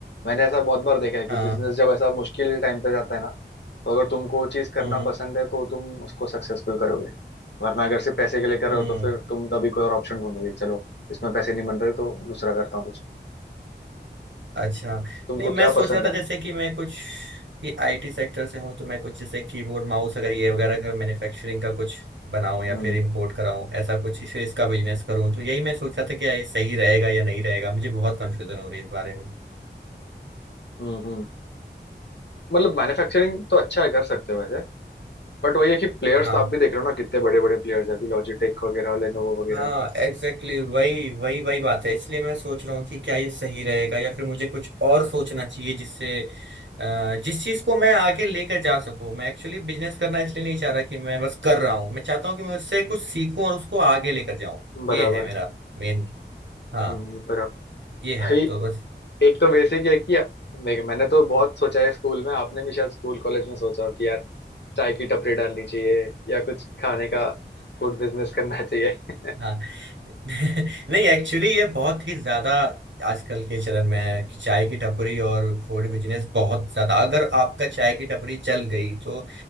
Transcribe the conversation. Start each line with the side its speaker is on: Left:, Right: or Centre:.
Left: मैंने ऐसा बहुत बार देखा है कि
Right: हाँ
Left: बिजनेस जब ऐसा मुश्किल टाइम पे जाता है ना तो अगर तुमको चीज करना
Right: हम्म हम्म
Left: पसंद है तो तुम उसको सक्सेसफुल करोगे वरना अगर सिर्फ पैसे के लिए कर रहे
Right: हम्म।
Left: हो तो फिर तुम तभी कोई और ऑप्शन ढूंढोगे चलो इसमें पैसे नहीं बन रहे तो दूसरा करता हूँ कुछ
Right: अच्छा
Left: तुमको
Right: नहीं मैं
Left: क्या
Right: सोच
Left: पसंद
Right: रहा था
Left: है
Right: जैसे कि मैं कुछ कि आईटी सेक्टर से हूँ तो मैं कुछ जैसे कीबोर्ड माउस अगर ये वगैरह का मैन्युफैक्चरिंग का कुछ बनाऊं या
Left: हम्म
Right: फिर इंपोर्ट कराऊं ऐसा कुछ फिर इसका बिजनेस करूं तो यही मैं सोच रहा था कि ये सही रहेगा या नहीं रहेगा मुझे बहुत कंफ्यूजन हो रही है इस बारे में
Left: हम्म हम्म। मतलब मैन्युफैक्चरिंग तो अच्छा है कर सकते हो वैसे बट वही है कि प्लेयर्स
Right: हाँ
Left: तो आप भी देख रहे हो ना कितने बड़े बड़े प्लेयर्स हैं अभी लॉजिटेक वगैरह लेनोवो वगैरह
Right: हाँ एग्जैक्टली exactly, वही वही वही बात है इसलिए मैं सोच रहा हूँ कि क्या ये सही रहेगा या फिर मुझे कुछ और सोचना चाहिए जिससे अ, जिस चीज को मैं आगे लेकर जा सकूं मैं एक्चुअली बिजनेस करना इसलिए नहीं चाह रहा कि मैं बस कर रहा हूँ मैं चाहता हूँ कि मैं उससे कुछ सीखूं और उसको आगे लेकर जाऊं
Left: बराबर
Right: ये है मेरा मेन हाँ
Left: हम्म बराबर
Right: ये है
Left: भाई
Right: तो बस
Left: एक तो बेसिक है कि देख मैंने तो बहुत सोचा है स्कूल में आपने भी शायद स्कूल कॉलेज में सोचा हो कि यार चाय की टपरी डालनी चाहिए या कुछ खाने का फूड बिजनेस करना चाहिए
Right: हाँ <laughs> नहीं एक्चुअली ये बहुत ही ज्यादा आजकल के चलन में है कि चाय की टपरी और फूड बिजनेस बहुत ज्यादा अगर आपका चाय की टपरी चल गई तो